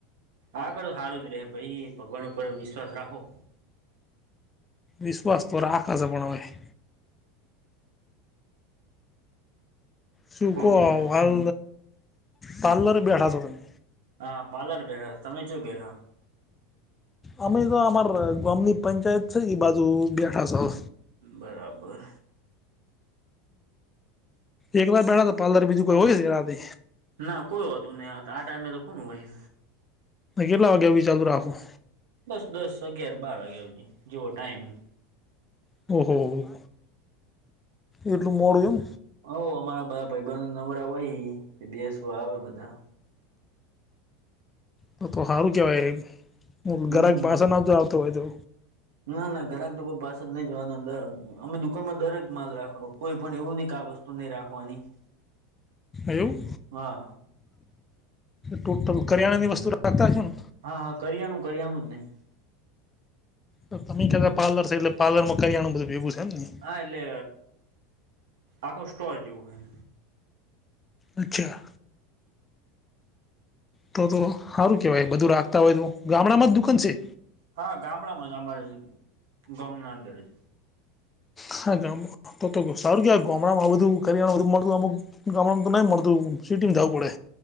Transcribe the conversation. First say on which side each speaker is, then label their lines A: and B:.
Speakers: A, on the right; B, on the left.
A: આગળ હારું જ રહે ભઈ ભગવાન ઉપર વિશ્વાસ રાખો.
B: વિશ્વાસ તો રાખશ પણ હવે. શુંકો
A: કો બીજું
B: હાલ પાર્લર બેઠા છો તમે.
A: હા પાર્લર બેઠા તમે ચો બેઠા.
B: અમે તો અમાર ગામની પંચાયત છે એ બાજુ બેઠા.
A: બરાબર.
B: એકલા બેઠા તા પાર્લર બીજું કોઈ હોય છે રાતે.
A: ના કોઈ હોતું નહી આ ટાઈમે તો કોન હોય.
B: કેટલા વાગ્યા બી ચાલુ રાખો.
A: બસ દસ અગિયાર બાર વાગ્યા હુધી જેવો ટાઈમ.
B: ઓહોહહ એટલું મોડું એમ.
A: હોવ અમારા બધા ભાઈ બંધો નવરા હોય ઈ બેસવા આવે બધા.
B: તો તો હારું કહેવાય હું
A: હમ
B: ગરાક પાછો નહોતતો આવતો હોય તો.
A: ના ના ઘરાક તોઈ પાસે જ નહી જવાના અમે દુકાનમાં દરેક માલ રાખો કોઈ પણ એવું નં ક આ વસ્તુ નહી રાખવાની
B: એવું
A: હા
B: ટોટલ કરિયાણાની વસ્તુ રાખતા છો ને
A: હા હા કરિયાનું કરિયાનું જ નહી
B: તો તમે કતા પાર્લર છે એટલે પ્લરમાં કરી આનું બધું ભેગું છે ને
A: હા એટલે આખો સ્ટોર જેવું હ
B: અચ્છા તો તો સારું કેહેવાય બધું રાખતા હોય તો ગામડામાં જ દુકાન છે.
A: હા ગામડામાં જ અમારા ગામના અંદર જ
B: હા ગામ તો સારું ગામડામાં બું કરી બધું મળતુંમક ગામ તો નઈ મળતું સિટી જવું પડે